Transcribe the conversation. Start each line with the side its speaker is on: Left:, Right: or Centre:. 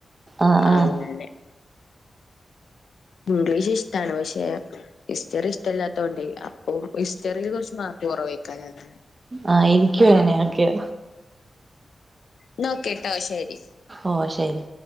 Right: ആഹ് ആഹ്
Left: അങ്ങനെ.
Right: ആഹ്
Left: ഇംഗ്ലീഷിഷ്ടാണ് പക്ഷെ ഹിസ്റ്ററി ഇഷ്ടല്ലാത്തോണ്ടേ അപ്പോം ഹിസ്റ്ററിൽ കൊറച്ച് മാർക്ക്‌ കൊറവായ്ക്കാ അങ്ങനെ
Right: ആ എനിക്കുങ്ങനെക്കെയ.
Left: ന്നോക്കേട്ടോ ശെരി.
Right: ഓ ശെരി.